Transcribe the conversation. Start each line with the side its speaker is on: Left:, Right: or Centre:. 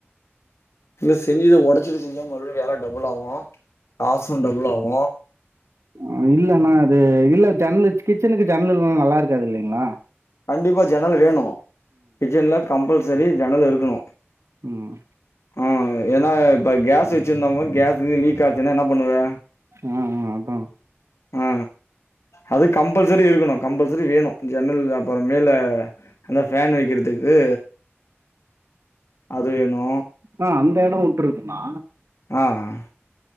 Left: இல்ல செஞ்சுத ஒடச்சிடுச்சுங்களான் மறுபடியு வேல டபுள் ஆகு காசும் டபுள் ஆகு
Right: அ இல்லன்னா அது இல்ல ஜன்னல் கிச்சனுக்கு ஜன்னல் இல்லேன நல்லா இருக்காது இல்லேங்க்ளா
Left: கண்டிப்பா ஜன்னல் வேணு கிச்சன்ல கம்பல்சரி ஜன்னல் இருக்குணு
Right: ம்
Left: ஆ ஏன்னா இப்ப கேஸ் வெச்சிருந்தவங்களா கேஸ் லி லீக் ஆச்சுனா என்ன பண்ணுவ
Right: ஆ ஆ அதா
Left: ஆ அது கம்பல்சரி இருக்குணு கம்பல்சரி வேணு ஜன்னல் அப்பறோ மேல அங்க ஃபேன் வெக்கிறதுக்கு அது வேணு
Right: ஆ அந்த இடம் வுட்டுருக்குண்ணா
Left: ஆ ஆ